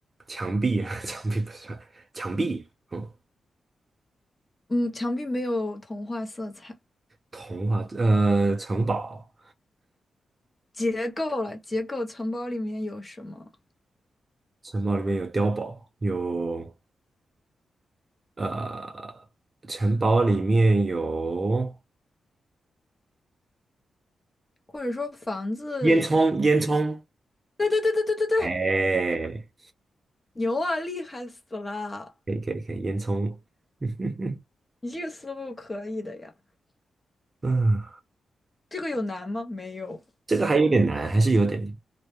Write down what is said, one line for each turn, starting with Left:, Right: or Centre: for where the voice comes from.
Right: 墙壁，<laughs> 墙壁不算，墙壁。嗯，
Left: 嗯，墙壁没有童话色彩，
Right: 童话，呃，城堡，
Left: 结构了，结构城堡里面有什么？
Right: 城堡里面有碉堡，有呃，城堡里面有
Left: 或者说房子？
Right: 烟囱，烟囱。
Left: 对对对对对对对，
Right: 哎，
Left: 牛啊，厉害死了！
Right: 可以可以可以，烟囱。<laughs>
Left: 你这个思路可以的呀。
Right: 嗯，
Left: 这个有难吗？没有。
Right: 这个还有点难，还是有点难